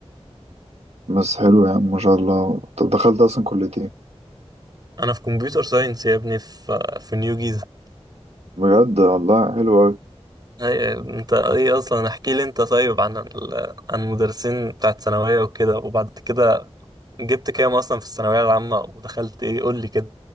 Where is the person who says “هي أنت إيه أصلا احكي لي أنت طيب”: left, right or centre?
Right